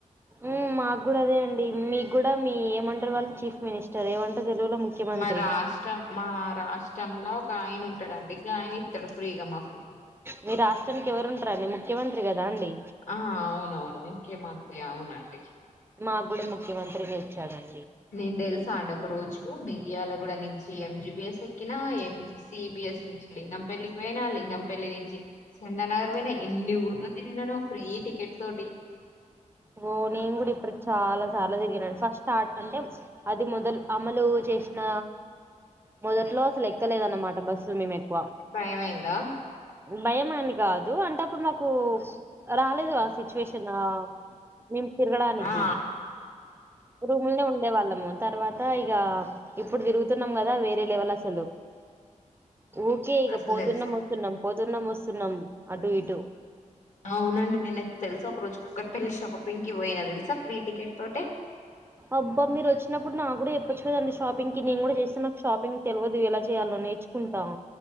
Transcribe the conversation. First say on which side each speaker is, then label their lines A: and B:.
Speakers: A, on the right; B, on the left.
A: ఉ మాకు కూడా అదే అండి మీకు కూడా మీ ఏమంటారు వాళ్ళు చీఫ్ మినిస్టర్ ఏమంటారు తెలుగులో ముఖ్యమంత్రి
B: మా రాష్ట్రం మా రాష్ట్రంలో ఒక ఆయన ఉంటాడండి ఆయన ఇస్తాడు ఫ్రీగా మాకు ఓ
A: మీ రాష్ట్రానికి ఎవరు ఉంటార అండి ముఖ్యమంత్రి కదా అండి
B: ఆ అవునవును ముఖ్యమంత్రి అవునండి
A: మాకు కూడా ముఖ్యమంత్రిని ఇచ్చాడండి
B: నేను తెలుస అండు ఒక రోజు మీరియాల గూడా నుంచి ఎంజిబిఎస్ ఎక్కిన, ఎం జి సిబిఎస్ నుంచి లింగం పెల్లి కి పోయినా లింగంపల్లి నుంచి చందనగర్ పోయినా ఎన్ని ఊర్లు తిరిగిననో ఫ్రీ టికెట్ తోటి
A: ఓ నేను కూడా ఇప్పుడు చాలా సార్లు తిరిగినను ఫస్ట్ స్టార్ట్ అంటే అది మొదలు అమలు చేసిన మొదట్లో బస్లు ఎక్కలేదనమాట బస్సులు మేము ఎక్కువ
B: భయమైందా
A: భయమని కాదు అంటే అప్పుడు మాకు రాలేదు ఆ సిచ్యువేషన్ మేము తిరగడానికి
B: ఆ
A: రూములనే ఉండే వాళ్ళము తర్వాత ఇక ఇప్పుడు తిరుగుతున్నాం కదా వేరే లెవల్ అసలు ఊకే ఇక
B: అసలు
A: పోతున్నాం
B: తెలుసా
A: వస్తున్నాం పోతున్నాం వస్తున్నాం అటు ఇటు
B: అవునండి నేను తెలుసా ఒక రోజు కుక్కటి పెళ్లి షాపింగ్ కి పోయినా తెలుసా ఫ్రీ టికెట్ తోటే
A: అబ్బా మీరు వచ్చినప్పుడు నా కూడా చెప్పచ్చు కదండి షాపింగ్కి నేను కూడా చేస్తే నాకు షాపింగ్ తెలియదు ఎలా చేయాలో నేర్చ్ కుంటాం